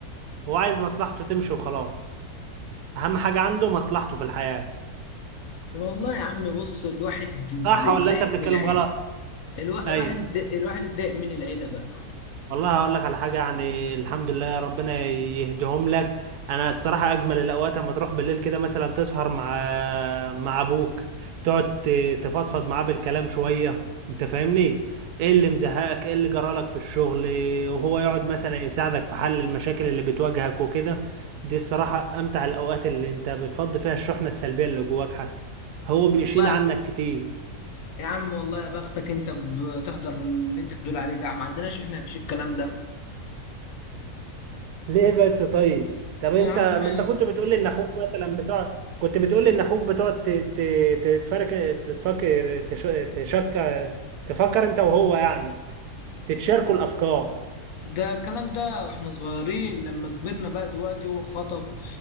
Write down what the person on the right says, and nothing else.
هو عايز مصلحته تمشي وخلاص اهم حاجة عنده مصلحته في الحياة
صح
ولا انت بتتكلم
غلط
ايوه
والله هقول لك على حاجة يعني الحمد لله ربنا يهديهم لك أنا الصراحة أجمل الأوقات أما تروح بالليل كده مثلا تسهر مع مع أبوك تقعد ت- تفضفض معاه بالكلام شوية أنت فاهمني؟ إيه اللي مزهقك؟ إيه اللي جرالك في الشغل؟ وهو يقعد مثلا يساعدك في حل المشاكل اللي بتواجهك وكده دي الصراحة أمتع الأوقات اللي أنت بتفضي فيها الشحنة السلبية اللي جواك حتى هو بيشيل
عنك كتير
ليه بس طيب طب انت
ما انت كنت بتقول لي ان اخوك مثلا بتوع كنت بتقول لي ان اخوك بتقعد ت- ت- تتفرك تتفكر تش... تشك تفكر انت وهو يعني تتشاركوا الافكار